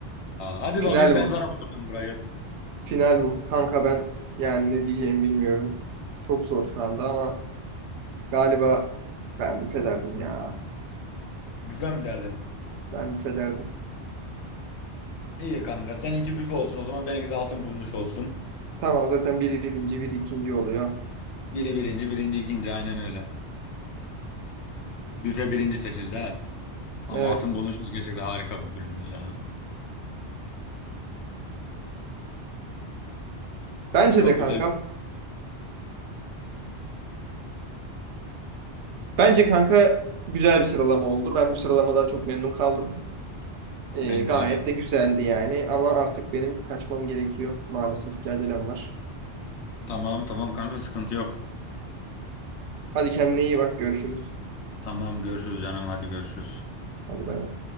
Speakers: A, on the left; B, on the right.
A: Hadi
B: Final
A: bakayım ben
B: bu.
A: sana bırakıyorum burayı.
B: Final bu. Kanka ben yani ne diyeceğimi bilmiyorum. Çok zor şu anda ama galiba ben büfe derdim ya.
A: Büfe mi derdin?
B: Ben büfe derdim.
A: İyi kanka seninki büfe olsun o zaman benimki de atın bulunuşu olsun.
B: Tamam zaten biri birinci, biri ikinci oluyor.
A: Biri birinci, birinci ikinci aynen öyle. Büfe birinci seçildi ha. Ama
B: Evet.
A: atın bulunuşu da gerçekten harika bir bölümdü ya.
B: Bence
A: Çok
B: de kanka
A: güzel.
B: Bence kanka güzel bir sıralama oldu. Ben bu sıralamadan çok memnun kaldım. Ee,
A: Bence
B: gayet
A: öyle.
B: de güzeldi yani. Ama artık benim kaçmam gerekiyor. Maalesef ki acelem var.
A: Tamam tamam kanka sıkıntı yok.
B: Hadi kendine iyi bak. Görüşürüz.
A: Tamam görüşürüz canım hadi görüşürüz.
B: Hadi bay bay.